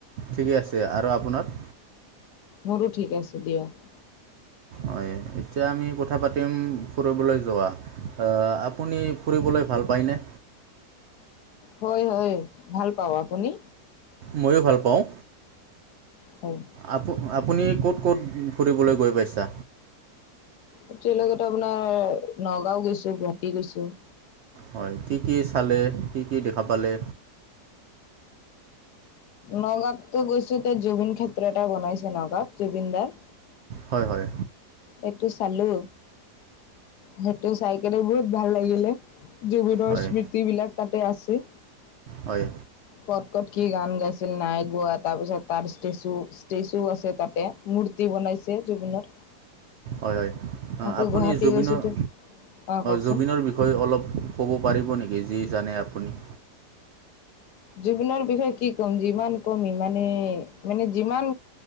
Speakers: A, on the right; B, on the left.
A: ঠিকে আছে আৰু আপোনাৰ।
B: মোৰো ঠিক আছে দিয়ক।
A: হয় এতিয়া আমি কথা পাতিম ফুৰিবলৈ যোৱা। অ', আপুনি ফুৰিবলৈ ভাল পায়নে।
B: হয় হয় ভাল পাওঁ, আপুনি?
A: ময়ো ভাল পাওঁ।
B: হয়।
A: আপু আপুনি ক'ত ক'ত ফুৰিবলৈ গৈ পাইছা?
B: এতিয়া লগতো আপোনাৰ নগাঁও গৈছোঁ গুৱাহাটী গৈছোঁ।
A: হয় কি, কি চালে কি, কি দেখা পালে।
B: নগাঁও তো গৈছোঁ ত জুবিন ক্ষেত্ৰ এটা বনাইছে নগাঁও জুবিনদাৰ
A: হয়, হয়।
B: এইটো চালো সেইটো চাই কে বহুত ভাল লাগিলে। জুবিনৰ
A: হয়
B: স্মৃতি বিলাক তাতে আছে।
A: হয়।
B: ক'ত ক'ত কি গান গাইছিল নাই গোৱা তাৰ পিছত তাৰ ষ্টেচু ষ্টেচু আছে তাতে মূৰ্তি বনাইছে জুবিনৰ।
A: হয়, হয়
B: আকৌ
A: আপুনি
B: গুৱাহাটী
A: জুবিনৰ,
B: গৈছোতো অ কওকচোন
A: জুবিনৰ বিষয়ে অলপ ক'ব পাৰিব নেকি যি জানে আপুনি।
B: জীৱনৰ বিষয়ে কি ক'ম যিমান কমি মানে মানে যিমান